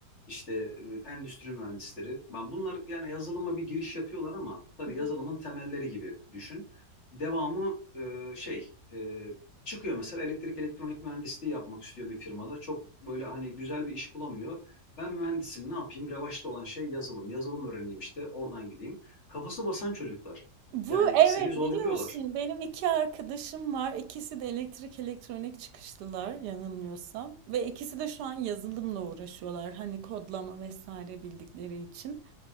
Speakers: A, on the left; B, on the right.
A: işte e, endüstri mühendisleri. Ben bunlar yani yazılıma bir giriş yapıyorlar ama tabii
B: hı.
A: yazılımın temelleri gibi düşün. Devamı e, şey, e, çıkıyor mesela elektrik elektronik mühendisliği yapmak istiyor bir firmada. Çok böyle hani güzel bir iş bulamıyor. Ben mühendisim ne yapayım? Revaçta olan şey yazılım. Yazılım öğreneyim işte oradan gideyim. Kafası basan çocuklar.
B: Bu
A: Yani
B: evet
A: seni zorluyorlar.
B: biliyor musun benim iki arkadaşım var. İkisi de elektrik elektronik çıkışlılar yanılmıyorsam. Ve ikisi de şu an yazılımla uğraşıyorlar. Hani kodlama vesaire bildikleri için.